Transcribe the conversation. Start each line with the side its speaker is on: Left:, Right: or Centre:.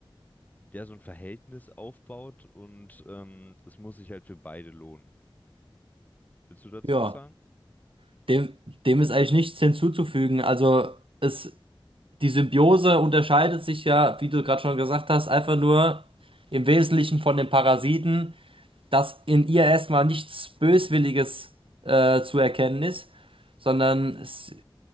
Left: ja, so ein Verhältnis aufbaut und ähm, es muss sich halt für beide lohnen. Willst du dazu
Right: Ja,
Left: was sagen?
Right: dem, dem ist eigentlich nichts hinzuzufügen. Also es die Symbiose unterscheidet sich ja, wie du gerade schon gesagt hast, einfach nur im Wesentlichen von den Parasiten, dass in ihr erstmal nichts Böswilliges äh, zu erkennen ist, sondern es,